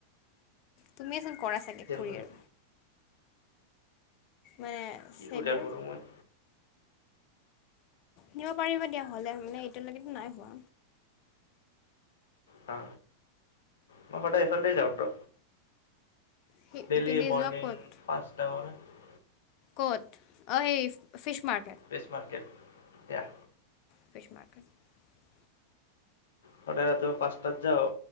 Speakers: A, on the left; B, on the left.
A: তুমি এ চন কৰা চাগে কৰিয়াৰ,
B: কৰে
A: মানে
B: কি
A: সেইবোৰ
B: কোৰিয়াৰ কৰো মই?
A: নিব পাৰিবা দিয়া হ'লে মানে এতিয়ালৈকে নাই হোৱা।
B: হা মই সদায় এইফালদিয়ে যাওঁটো।
A: সেই
B: ডেইলি
A: ইপিনে
B: মৰ্নিং
A: যোৱা ক'ত
B: পাঁচটা বজাত।
A: কত? অ', এই ফিছ মাৰ্ত?
B: বেষ্ট মাৰ্কেট এতিয়া।
A: <unintelligible>
B: সদায় ৰাতিুপুৱা পাঁচটাত যাও।